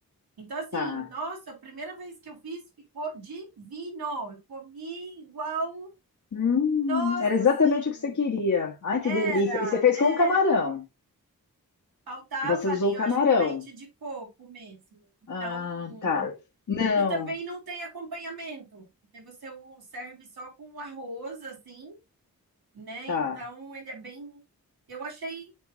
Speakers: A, on the right (about 80°); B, on the left (about 55°).
A: Então, assim,
B: tá.
A: nossa, a primeira vez que eu fiz ficou divino. Eu comi igual,
B: Hum,
A: nossa,
B: era exatamente
A: assim,
B: o que você queria. Ai,
A: era,
B: que delícia. E você fez
A: é,
B: com o camarão.
A: faltava
B: Você usou
A: ali,
B: o
A: eu
B: camarão.
A: acho que o leite de coco mesmo. Então,
B: Ah, tá. Não,
A: e também não tem acompanhamento, porque você o serve só com arroz, assim, né?
B: tá.
A: Então, ele é bem. Eu achei